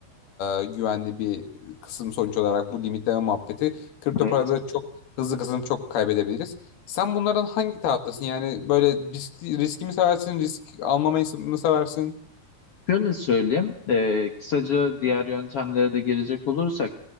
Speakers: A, on the left; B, on the left.
A: e, güvenli bir kısım sonuç olarak bu limitleme muhabbeti. Kripto
B: Evet.
A: parada çok hızlı kazanıp çok kaybedebiliriz. Sen bunlardan hangi taraftasın? Yani böyle risk, riski mi seversin, risk almamayı mı seversin?
B: Şöyle söyleyeyim, e, kısaca diğer yöntemlere de gelecek olursak